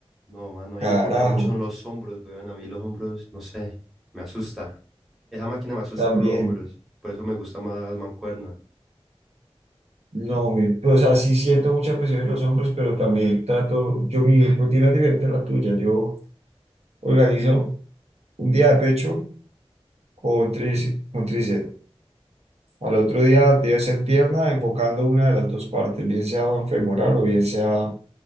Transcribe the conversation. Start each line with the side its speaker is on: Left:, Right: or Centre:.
Centre: No, mano,
Right: carajo,
Centre: a mí me preocupa mucho son los hombros, weón. A mí los hombros, no sé, me asusta. Esa máquina me asusta
Right: también.
Centre: por los hombros. Por eso me gusta más mancuerna.
Right: No, me, pues así siento mucha presión en los hombros, pero también trato, yo mi rutina es diferente a la tuya, yo organizo un día de pecho con tríce con tríceps. Al otro día debe ser pierna, enfocando una de las dos partes, bien sea femoral o bien sea